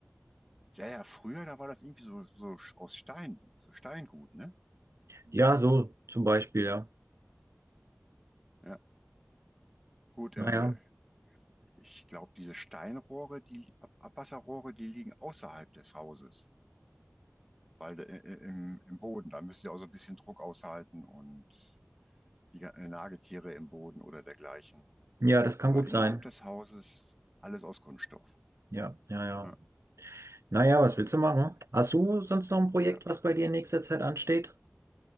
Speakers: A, in the centre; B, on the right.
A: ja, ja, früher, da war das irgendwie so, so aus Stein, so Steingut, ne?
B: ja, so zum Beispiel, ja.
A: Ja, Gut,
B: Naja,
A: äh, ich glaube, diese Steinrohre, die Ab Abwasserrohre, die liegen außerhalb des Hauses, weil äh, äh, im, im Boden, da müssen sie auch so ein bisschen Druck aushalten und die ga- äh, Nagetiere im Boden oder dergleichen.
B: ja, Ja, das kann
A: Aber
B: gut
A: innerhalb
B: sein.
A: des Hauses alles aus Kunststoff.
B: Ja, ja, ja.
A: Ja,
B: Naja, was willst du machen? Hast du sonst noch ein Projekt,
A: ja.
B: was bei dir in nächster Zeit ansteht?